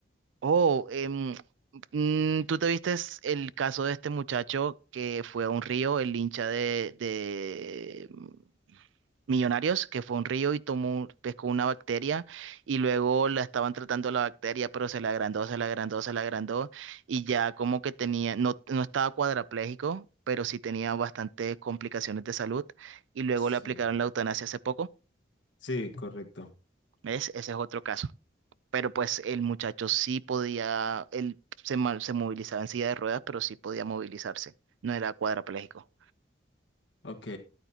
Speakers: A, on the right; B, on the left.
A: oh, em, Mm, ¿Tú te viste el caso de este muchacho que fue a un río, el hincha de, de mm, Millonarios, que fue a un río y tomó, pescó una bacteria y luego la estaban tratando la bacteria, pero se la agrandó, se la agrandó, se la agrandó y ya como que tenía, no, no estaba cuadraplégico, pero sí tenía bastantes complicaciones de salud y luego
B: Sí,
A: le aplicaron la eutanasia hace poco.
B: sí, correcto.
A: ¿Ves? Ese es otro caso pero pues el muchacho sí podía, él se, ma- se movilizaba en silla de ruedas, pero sí podía movilizarse, no era cuadrapléjico.
B: Ok.